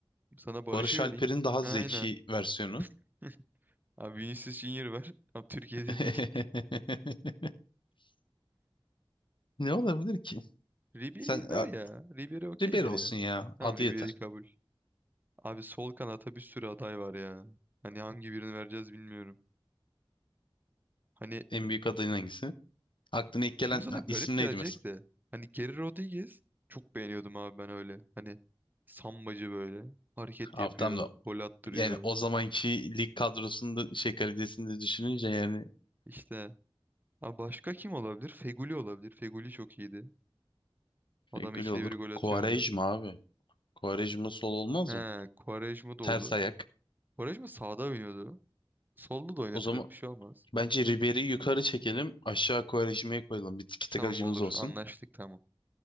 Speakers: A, on the right; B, on the left.
A: Sana Barış'ı
B: Barış
A: vereyim.
B: Alper'in daha zeki
A: Aynen.
B: versiyonu.
A: <laughs> Abi Vinicius Junior ver. <laughs> Abi Türkiye'de
B: <laughs>
A: değil.
B: Ne olabilir
A: <laughs> Ribery
B: Sen
A: ver
B: e,
A: ya. Ribery okeydir
B: Ribery olsun
A: ya.
B: ya.
A: Tamam
B: Adı
A: Ribery
B: yeter.
A: kabul. Abi sol kanata bir sürü aday var ya. Hani hangi birini vereceğiz bilmiyorum. Hani
B: En büyük adayın hangisi? Aklına ilk gelen
A: şimdi sana
B: ya,
A: garip
B: isim
A: gelecek
B: neydi mesela?
A: de. Hani Geri Rodriguez çok beğeniyordum abi ben öyle. Hani sambacı böyle. Hareket
B: Abi
A: yapıyor.
B: tam da
A: Gol attırıyor.
B: yani o zamanki lig kadrosunda şey kalitesini de düşününce yani
A: İşte Abi başka kim olabilir? Feguli olabilir. Feguli çok iyiydi. Adam
B: şey, gül
A: ikide
B: olur.
A: bir gol atıyordu.
B: Quaresma abi. Quaresma sol olmaz
A: He,
B: mı?
A: Quaresma da
B: Ters
A: olur.
B: ayak.
A: Quaresma sağda oynuyordu. Solda da oynatırız
B: O zaman
A: bir şey olmaz.
B: bence Ribery'i yukarı çekelim. Aşağı Quaresma'yı koyalım. Bir tiki taka
A: Tamam
B: acımız
A: olur
B: olsun.
A: anlaştık tamam.